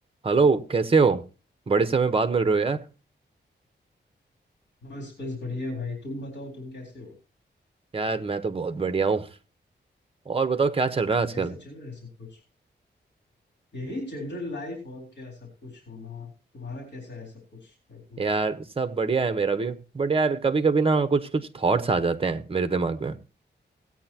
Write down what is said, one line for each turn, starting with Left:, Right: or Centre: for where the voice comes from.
Right: हेलो कैसे हो बड़े समय बाद मिल रहे हो यार
Left: बस बस बढ़िया भाई तुम बताओ तुम कैसे हो
Right: यार मैं तो बहुत बढ़िया हूँ और बताओ क्या चल रहा है आजकल
Left: कैसा चल रहा है सब कुछ यही जनरल लाइफ और क्या सब कुछ होना तुम्हारा कैसा है सब कुछ लाइफ में
Right: यार सब बढ़िया है मेरा भी बट यार कभी कभी ना कुछ कुछ थॉट्स आ जाते हैं मेरे दिमाग में